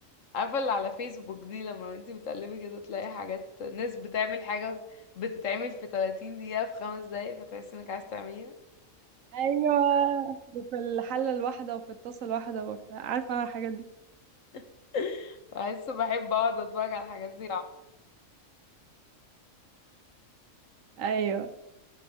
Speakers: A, on the left (about 70°); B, on the right (about 75°).
A: عارفة اللي على فيسبوك دي لما انتي بتقلبي كده تلاقي حاجات ناس بتعمل حاجة بتتعمل في 30 دقيقة في خمس دقايق فتحسي انك عايز تعمليها
B: ايوه وفي الحله الواحده وفي الطاسه الواحده وفي عارفه انا الحاجات دي
A: <laughs> بحس بحب اقعد اتفرج على الحاجات دي
B: ايوه